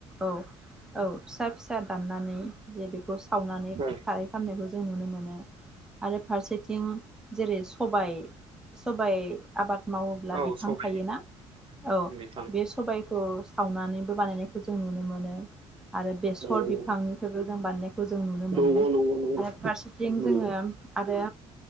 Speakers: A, in the centre; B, on the right.
A: औ औ फिसा फिसा दाननानै <unintelligible> खौ सावनानै
B: औ
A: खारै खालामनायखौ जों नुनो मोनो आरो फारसेथिं जे सबाय सबाइ आबाद मावोब्ला
B: औ
A: बिफां
B: सबायनि
A: थायोना औ
B: बिफां
A: बे सबाइखौ सावनानैबो बानायनायखौ जों नुनो मोनो आरो बेसर
B: नंगौ
A: बिफांनिफ्रायबो जों बानायनाय जों नुनो मोनो
B: नंगौ नंगौ
A: आरो फारसेथिं
B: नंगौ
A: जोङो आरो